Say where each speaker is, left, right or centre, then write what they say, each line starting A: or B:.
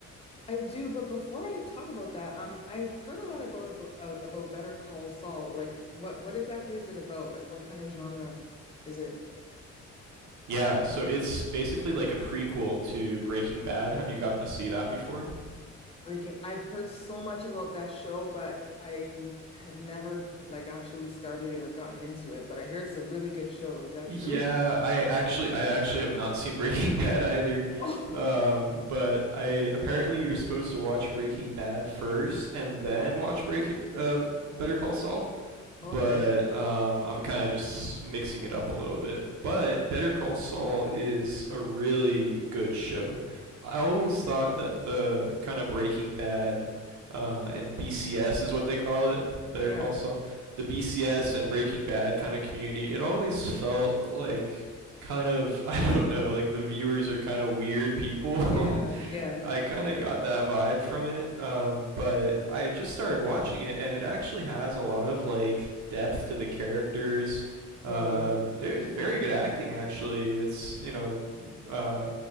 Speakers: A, on the left; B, on the right.
A: I do, but before I talk about that, um, I've heard a lot about about, uh, about Better Call Saul. Like, what what exactly is it about? Like, what kind of genre is it
B: Yeah, so it's basically like a prequel to Breaking Bad. Have you gotten to see that before?
A: breaking? I've heard so much about that show, but I n- have never like actually started it or gotten into it. But I hear it's a really good show. Is that
B: Yeah,
A: true? <laughs>
B: I actually I actually have not seen Breaking <laughs> Bad either.
A: Oh,
B: Um, but I apparently you're supposed to watch Breaking Bad first and then
A: yeah.
B: watch Breaking uh, Better Call Saul. but
A: Okay.
B: um, I'm kind of just mixing it up a little bit. But Better Call Saul is a really good show. I always thought that the kind of Breaking Bad uh, and BCS is what they call it, Better
A: Yeah.
B: Call Saul, the BCS and Breaking Bad kind of community, it always felt like kind of <laughs> I don't know, like the viewers are kind of weird people
A: Yeah.
B: <laughs>
A: Yeah.
B: I kind
A: Okay.
B: of got that vibe from it, um, but I just started watching it, and it actually has a lot of like depth to the characters. Uh,
A: Really.
B: there's very good acting, actually. It's you know, uh,